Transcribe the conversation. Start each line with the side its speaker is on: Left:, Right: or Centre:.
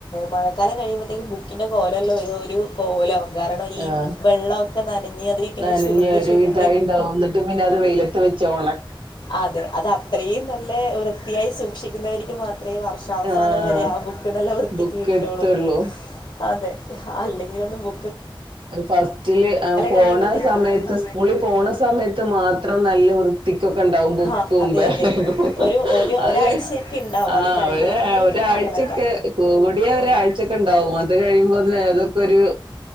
Left: മഴക്കാലം കഴിയുമ്പോഴത്തേക്കും ബുക്കിന്റെ കോലല്ലോ ഒരു ഒരു കോലോവും കാരണം ഈ
Right: ആഹ്
Left: വെള്ളോക്കെ നനഞ്ഞ് അത് ഇങ്ങനെ
Right: നനഞ്ഞ്
Left: ചുരുണ്ട്
Right: ഒരു
Left: ചുരു
Right: ഇതായിണ്ടാവും ന്നിട്ട് പിന്നെ അത് വെയിലത്ത് വെച്ചോണക്ക
Left: അതെ അത് അത്രയും നല്ല വൃത്തിയായി സൂക്ഷിക്കുന്നവര്ക്ക് മാത്രേ വർഷാവസാനം
Right: ആഹ്
Left: വരെ ആ ബുക്ക് നല്ല വൃത്തിക്ക്
Right: ബുക്ക്
Left: കിട്ടുള്ളൂ
Right: എത്തുള്ളൂ
Left: അതെ അല്ലെങ്കിൽ ഒന്നും ബു
Right: ഫസ്റ്റില് പോണ
Left: കഴിയുമ്പോഴത്തേക്കും
Right: സമയത്ത്
Left: ബുക്കിന്
Right: സ്കൂളിൽ പോണ സമയത്ത് മാത്രം നല്ല വൃത്തിക്കൊക്കെ ഇണ്ടാ ബുക്കും
Left: ആ അതെ
Right: ബാഗും
Left: അതെ ഒരു ഒരു
Right: അത്
Left: ഒരാഴ്ചയൊക്കെ
Right: കഴി
Left: ഉണ്ടാവും
Right: ആ
Left: അത് കഴിഞ്ഞിട്ടുണ്ടെങ്കിൽ
Right: ഒര ഒരാഴ്ചക്കെ
Left: പിന്നെ കണക്കാ
Right: ക കൂടിയ ഒരാഴ്ചൊക്കെ ഇണ്ടാവും അത് കഴിയുമ്പോ ബാഗൊക്കെ ഒരു